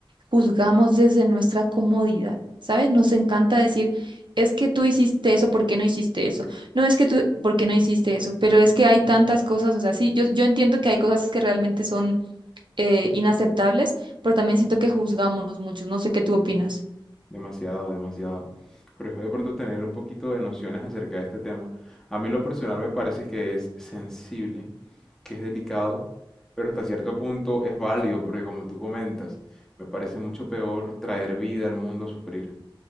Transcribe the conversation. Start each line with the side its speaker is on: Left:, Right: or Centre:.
Right: juzgamos desde nuestra comodidad, ¿sabes? Nos encanta decir, es que tú hiciste eso, ¿por qué no hiciste eso? No es que tú, ¿por qué no hiciste eso? Pero es que hay tantas cosas, o sea, sí, yo, yo entiendo que hay cosas que realmente son eh, inaceptables, pero también siento que juzgamos mucho, no sé qué tú opinas.
Centre: demasiado, demasiado. Pero es de pronto tener un poquito de nociones acerca de este tema. A mí en lo personal me parece que es sensible, que es delicado, pero hasta cierto punto es válido, porque como tú comentas, me parece mucho peor traer vida al mundo a sufrir.